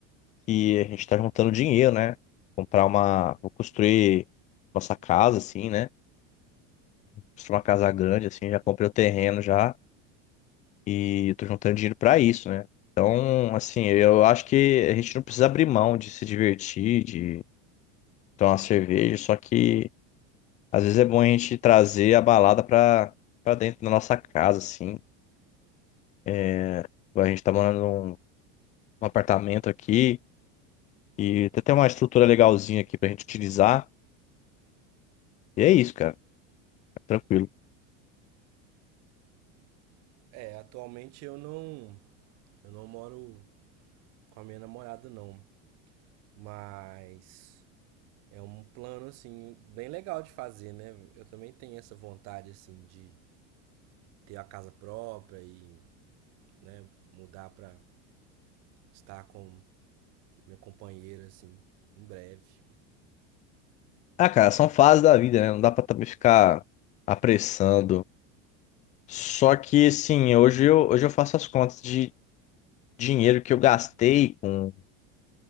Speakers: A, on the left; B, on the right.
A: que a gente tá juntando dinheiro, né? Comprar uma. Vou construir nossa casa, assim, né? Construir uma casa grande, assim. Já comprei o terreno já. E eu tô juntando dinheiro pra isso, né? Então, assim, eu acho que a gente não precisa abrir mão de se divertir, de tomar uma cerveja. Só que, às vezes, é bom a gente trazer a balada pra, pra dentro da nossa casa, assim. É, A gente tá morando num num apartamento aqui e tem até uma estrutura legalzinha aqui pra gente utilizar. E é isso, cara. É tranquilo.
B: É, atualmente eu não, eu não moro com a minha namorada, não, mas é um plano, assim, bem legal de fazer, né? Eu também tenho essa vontade, assim, de ter a casa própria e, né, mudar pra estar com minha companheira, assim, em breve.
A: Ah, cara, são fases da vida, né? Não dá pra também ficar apressando. Só que, assim, hoje eu, hoje eu faço as contas de dinheiro que eu gastei com,